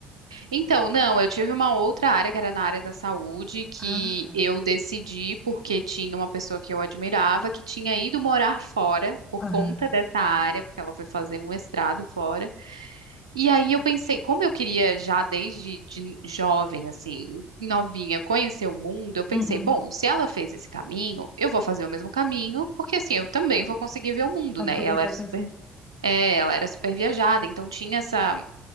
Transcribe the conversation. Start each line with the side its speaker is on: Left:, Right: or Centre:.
Right: Então, não, eu tive uma outra área que era na área da saúde, que
Left: Ah,
Right: eu decidi porque tinha uma pessoa que eu admirava que tinha ido morar fora por
Left: aham.
Right: conta dessa área, porque ela foi fazer um mestrado fora. E aí eu pensei, como eu queria já desde de jovem, assim, novinha, conhecer o mundo, eu pensei,
Left: Uhum.
Right: bom, se ela fez esse caminho, eu vou fazer o mesmo caminho, porque assim, eu também vou conseguir ver o mundo,
Left: Aproveitar
Right: né? E ela era
Left: e
Right: super,
Left: conhecer. um-
Right: é, ela era super viajada, então tinha essa,